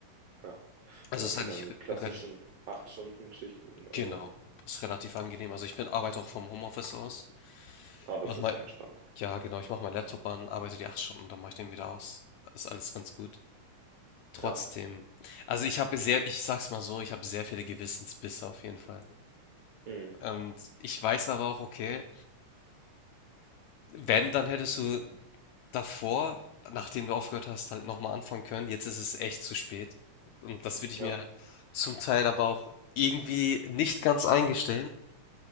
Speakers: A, on the right; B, on the left.
A: Ja,
B: Also
A: ja
B: es
A: okay,
B: ist eigentlich
A: dann
B: re
A: mit klassischen
B: rela-
A: acht stunden schichten oder?
B: genau, ist relativ angenehm. Also ich bin arbeite auch vom Homeoffice aus.
A: Ah, das
B: Mach
A: ist
B: mal,
A: sehr entspannt.
B: ja genau, ich mache meinen Laptop an, arbeite die acht Stunden, dann mache ich den wieder aus. Ist alles ganz gut. Trotzdem,
A: Ja.
B: also ich habe sehr, ich sag's mal so, ich habe sehr viele Gewissensbisse auf jeden Fall.
A: Mhm.
B: Und ich weiß aber auch, okay, Wenn, dann hättest du davor, nachdem du aufgehört hast, halt nochmal anfangen können. Jetzt ist es echt zu spät. Und das würde ich
A: Ja,
B: mir zum Teil aber auch irgendwie nicht ganz eingestehen.